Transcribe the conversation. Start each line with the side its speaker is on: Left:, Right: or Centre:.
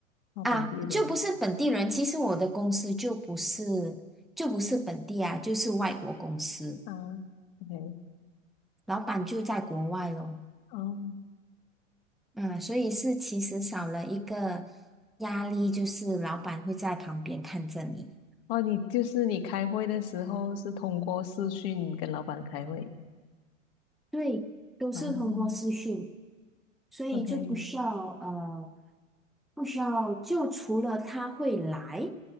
Left: 哦，
Centre: 啊，
Left: 本地人
Centre: 就不是本地人。其实我的公司就不是就不是本地啊，就是外国公司，
Left: 啊，OK，
Centre: 老板就在国外咯。
Left: 哦。
Centre: 嗯，所以是其实少了一个压力，就是老板会在旁边看着你。
Left: 哦，你就是你开会的时候是通过视讯跟老板开会
Centre: 对，都是通过视讯，
Left: 啊
Centre: 所以就不需要呃，
Left: ？OK，
Centre: 不需要就除了他会来